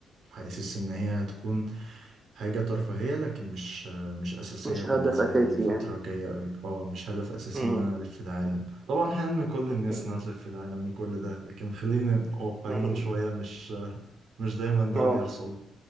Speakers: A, on the right (about 75°); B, on the right (about 25°).
A: حاسس ان هي هتكون حاجة ترفيهية لكن مش آه، مش اساسية
B: مش
A: بالنسبة
B: هدف اساسي
A: لي الفترة
B: يعني
A: الجاية قوي اه مش هدف اساسي
B: م.
A: ان انا الف العالم طبعا حلم كل الناس
B: م.
A: انها تلف العالم وكل ده لكن خلينا واقعيين
B: م.
A: شوية مش آه، مش دايما ده
B: اه
A: بيحصل